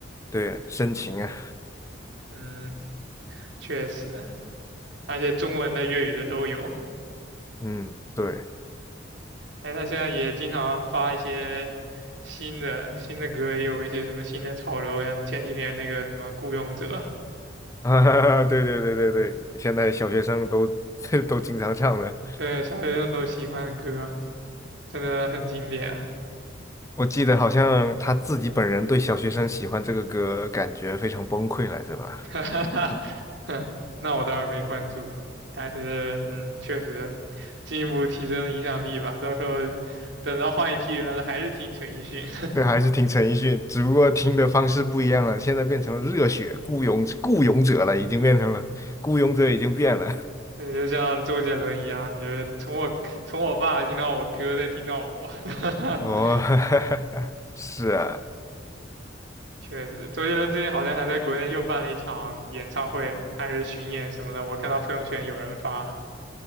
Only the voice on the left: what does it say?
对，深情啊，
嗯，对，
<laughs> 啊，对对对对对，现在小学生都 <laughs> 都经常唱的，
我记得好像他自己本人对小学生喜欢这个歌感觉非常崩溃来着吧。
他。
对，还是听陈奕迅，只不过听的方式不一样了。现在变成了热血雇佣雇佣者了，已经变成了雇佣者，
已经变了。
<laughs> 哦，<laughs> 是啊，